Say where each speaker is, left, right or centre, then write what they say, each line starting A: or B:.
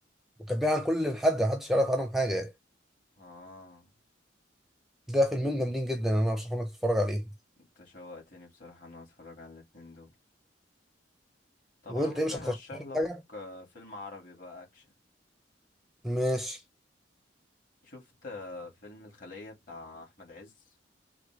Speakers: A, in the centre; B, on the left.
A: وكان بيعمل عن كل حد محدش يعرف عنهم حاجه يعني.
B: اه
A: ده فيلمين جامدين جدا انا برشحهم لك تتفرج عليه
B: انت شوقتني بصراحة ان انا اتفرج على الاتنين دول طب
A: وانت
B: انا ممكن
A: ايه مش هترشح
B: ارشح
A: لي
B: لك
A: حاجه
B: آه، فيلم عربي بقى اكشن
A: ماشي
B: شفت آه، فيلم الخلية بتاع احمد عز